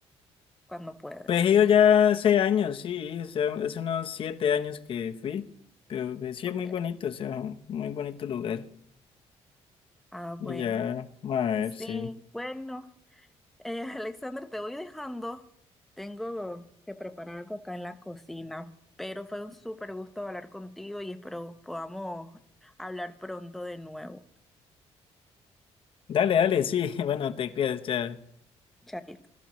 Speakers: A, in the centre; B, on the left.
A: cuando puedes.
B: Pues he ido ya hace años, sí, o sea, hace unos 7 años que fui, pero pues, sí
A: Ok.
B: es muy bonito, o sea, un muy bonito lugar.
A: Ah, bueno.
B: Y ya, a ver,
A: Sí,
B: sí.
A: bueno. Eh, <laughs> Alexander, te voy dejando. Tengo que preparar algo acá en la cocina, pero fue un súper gusto hablar contigo y espero podamos hablar pronto de nuevo.
B: Dale, dale, sí, <laughs> bueno, te cuidas, chao.
A: Chaito.